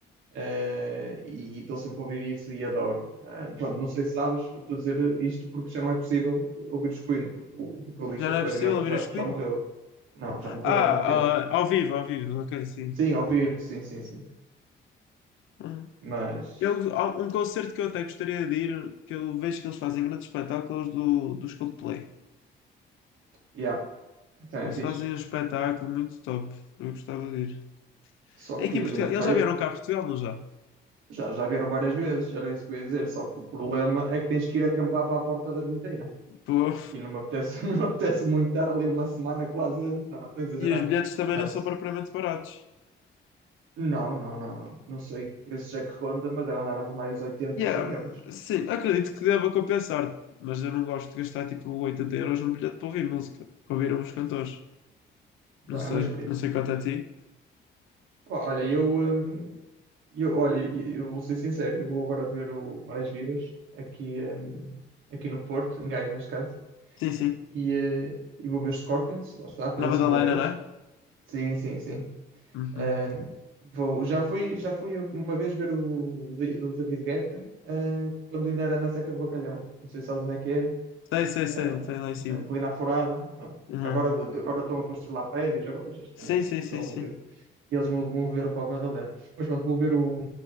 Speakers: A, on the right; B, on the left.
A: eh, e estou sempre a ouvir isso e adoro. Ah, pronto, não sei se sabes, estou a dizer isto porque já não é possível ouvir os Queen, porque o vocalista
B: Já não
A: Freddie
B: é possível
A: Mercury
B: ouvir
A: já,
B: os Queen?
A: já morreu. Não, já morreu
B: Ah,
A: há muito tempo.
B: ah, ao vivo, ao vivo, ok, sim.
A: Sim, ao vivo, sim, sim, sim.
B: Hum.
A: Mas,
B: Eu, há um concerto que eu até gostaria de ir, que eu vejo que eles fazem grandes espetáculos do, dos Coldplay.
A: yeah, também
B: Eles
A: é fixe.
B: fazem um espetáculo muito top. Eu gostava de ir.
A: Só
B: É
A: que,
B: aqui em Portugal. Eles
A: pá,
B: já
A: eu
B: vieram cá a Portugal, não já?
A: já, já vieram várias vezes, era isso que eu ia dizer,
B: Hum.
A: só que o problema é que tens que ir acampar para a porta da bilheteira.
B: Pô.
A: E não me apetece, <laughs> não me apetece muito estar ali uma semana quase antes. Não, estou a exagerar.
B: E os bilhetes também
A: Mas
B: não são propriamente baratos.
A: não, não, não, não. Não sei que preço é que ronda, mas deve andar a rondar os oitenta
B: Yeah,
A: cem euros.
B: sim, acredito que deva compensar, mas eu não gosto de gastar tipo 80 euros num bilhete para ouvir música, para ouvir uns cantores. Não
A: Pá,
B: sei,
A: é uma experiência.
B: não sei quanto é a ti.
A: Pá, olha, eu, hum, eu, olha, eu vou ser sincero, eu vou agora ver o Marés Vivas aqui, hum, aqui no Porto, em Gaia, neste caso.
B: Sim, sim.
A: E, eh, e vou ver os Scorpions, lá está, pela
B: Na Madalena,
A: segunda vez.
B: não é?
A: Sim, sim, sim.
B: Uhum.
A: Ahm, vou, já fui, já fui uma vez ver o, Di- o David Guetta, ah, quando ainda era na Seca do Bacalhau. Não sei se sabes onde é que é,
B: Sei, sei,
A: ah,
B: sei, tem lá em cima.
A: ali na Forada. Pronto.
B: Uhum.
A: Agora, agora estão a construir lá prédios, agora já estão
B: Sim,
A: lá
B: sim,
A: faz
B: sim,
A: algum
B: sim.
A: tempo. E eles mo- moveram para a Madalena. Mas pronto, vou ver o,